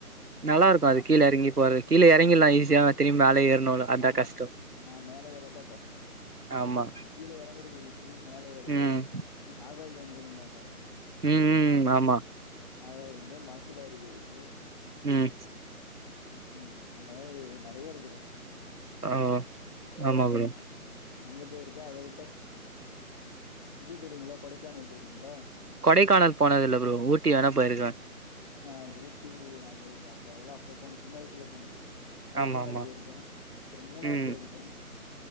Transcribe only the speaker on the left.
நா
ஆமா
ஆ மேல ஏறதா கஷ்டம்
கீழ இறங்குறது ஈசி மேல ஏறது
ஆக எங்க பாங்க
ஆக இவங்க மசில அருவி இருக்கு
உம் அந்த மாதிரி நிறைய இருக்குது
அங்க போயிருக்க அத விட்ட இது தெரியீங்களா கொடைக்கானல் போயிருக்கேங்களா
ஆ ஊட்டி நா போயிருக்கே அப்ப அதெல்லா அப்ப அப்ப சின்ன வயசுல போனது கொடைக்கானல்
போயிருக்க அப்புறோ மூணாரு
போயிருக்க